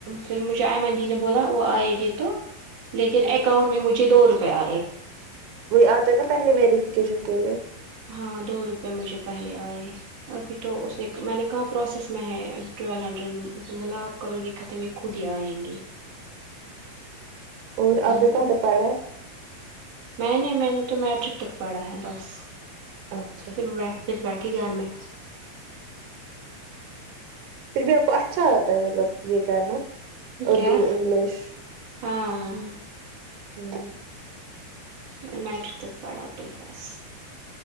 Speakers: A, on the right; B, on the right.
A: پھر مجھے آئمندی نے بولا وہ آئے گے تو لیکن
B: گے
A: اکاؤنٹ میں مجھے دو روپئے آئے
B: وہ آتے ہیں نا پہلے ویریفیکیشن کے لیے
A: ہاں دو روپئے مجھے پہلے آئے ابھی تو اس نے میں نے کہاں پروسیس میں ہے ٹویل ہنڈریڈ بولا آپ کرو گے ختم یہ خود ہی آئیں گے
B: اور
A: ہم،
B: آپ نے کہاں تک پڑھا ہے
A: میں نے میں نے تو میٹرک تک پڑھا ہے بس
B: اچھا
A: پھر بیٹھ پھر بیٹھی گھر میں
B: پھر بھی آپ کو اچھا آتا ہے مطلب یہ کرنا اردو
A: کیا
B: انگلش
A: ہاں ہاں
B: ہوں
A: میں میٹرک تک پڑھا تو بس